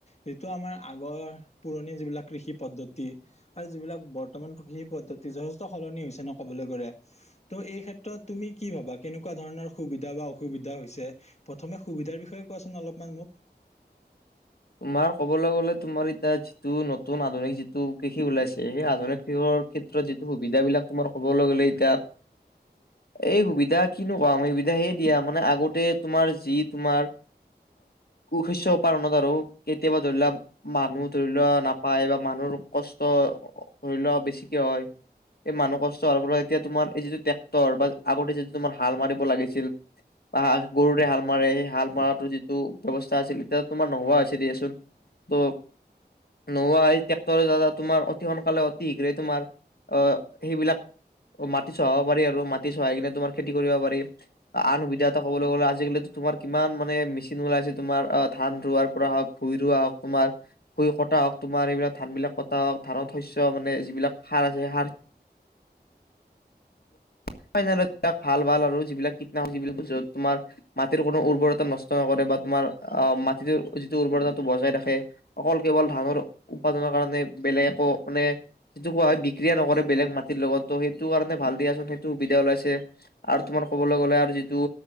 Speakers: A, on the left; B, on the left.
A: যিটো আমাৰ আগৰ পুৰণি যিবিলাক কৃষি পদ্ধতি আৰু যিবিলাক বৰ্তমান কৃষি পদ্ধতি যথেষ্ট সলনি হৈছে ন' কবলৈ গ'লে। ত' এই ক্ষেত্ৰত তুমি কি ভাবা কেনেকুৱা ধৰণৰ সুবিধা বা অসুবিধা হৈছে? প্ৰথমে সুবিধাৰ বিষয়ে কোৱাচোন অলপমান মোক?
B: তোমাৰ ক'বলৈ গ'লে তোমাৰ এতিয়া যিটো নতুন আধুনিক যিটো কৃষি ওলাইছে সেই আধুনিক কৃষৰ ক্ষেত্ৰত যিটো সুবিধা বিলাক তোমাৰ ক'বলৈ গ'লে এতিয়া এই সুবিধা কিনো ক'ম সেই সুবিধা সে দিয়া মানে আগতে তোমাৰ যি তোমাৰ কু শস্য পালনত আৰু কেতিয়াবা ধৰি লোৱা মানুহ ধৰি লোৱা নাপায় বা মানুহৰ কষ্ট ধৰি লোৱা বেছিকে হয়। এই মানুহ কষ্ট হোৱাৰ পৰা এতিয়া তোমাৰ এই যিটো ট্ৰেক্টৰ বা আগতে যিটো তোমাৰ হাল মাৰিব লাগিছিল। বা গৰুৰে হাল মাৰে সেই হাল মৰাটো যিটো ব্যৱস্থা আছিল এতিয়া তোমাৰ নোহোৱা হৈছি দিয়াচোন ত' নোহোৱাহৈ ট্ৰেক্টৰে দাৰা তোমাৰ অতি সোনকালে অতি শীঘ্ৰেই তোমাৰ অহ, সেইবিলাক মাটি চহাব পাৰি আৰু মাটি চহাই কিনে তোমাৰ খেতি কৰিব পাৰি। আন সুবিধা এটা ক'বলৈ গ'লে আজিকালিটো তোমাৰ কিমান মানে মেচিন ওলাইছে তোমাৰ অ', ধান ৰোৱাৰ পৰা হওক ভুই ৰোৱা হওক তোমাৰ। ভূই কটা হওক তোমাৰ এইবিলাক ধান বিলাক কটা হওক ধানৰ শস্য মানে যিবিলাক সাৰ আছে সেই সাৰ <unintelligible> ভাল ভাল আৰু যিবিলাক কীটনাশক যিবিলাক বস্তু তোমাৰ মাটিৰ কোনো উৰ্বৰতা নষ্ট নকৰে বা তোমাৰ আহ মাটিতটোৰ যিটো উৰ্বৰতাটো বজাই ৰাখে। অকল কেৱল ধানৰ উৎপাদনৰ কাৰণে, বেলেগ একো মানে সেইটো কোৱা হয়, বিক্ৰিয়া নকৰে বেলেগ মাটিৰ লগতো সেইটো কাৰণ, ভাল দিয়াচোন সেই সুবিধা ওলাইছে আৰু তোমাৰ ক'বলৈ গ'লে আৰু যিটো